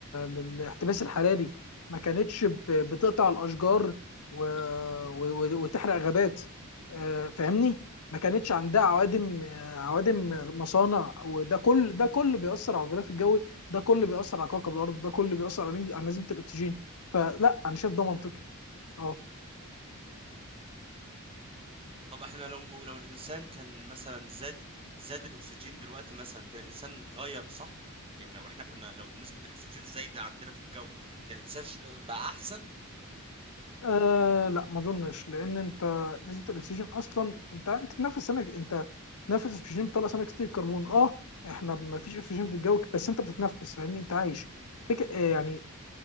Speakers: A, on the left; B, on the right.
A: للاحتباس الحراري ما كانتش ب... بتقطع الأشجار و...
B: ط-
A: و... و- وتحرق غابات آه، فاهمني ما كانتش عندها عوادم آه، عوادم مصانع وده كل ده كل بيأثر على الغلاف الجوي ده كل بيأثر على كوكب الأرض ده كل بيأثر على على نسبة الأكسجين فلا أنا شايف ده منطقي اه
B: طب احنا لو لو الانسان كان مثلا زاد زاد الاكسجين دلوقتي مثلا كان الانسان اتغير صح يعني لو احنا كنا لو نسبة الاكسجين زايدة عندنا في الجو كان الانسان ش- بقى احسن
A: آه لا ما اظنش لان انت نسبه الاكسجين اصلا انت انت بتنفس سمك انت بتنفس اكسجين بتطلع ثاني اكسيد الكربون اه احنا ما فيش اكسجين في الجو بس انت بتتنفس فاهمني انت عايش فك... آه يعني